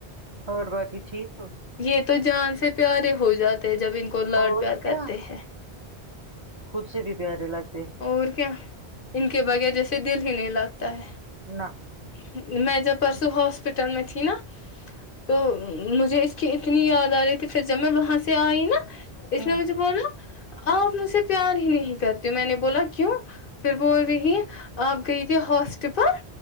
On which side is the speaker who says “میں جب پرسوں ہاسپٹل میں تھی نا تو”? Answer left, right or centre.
Left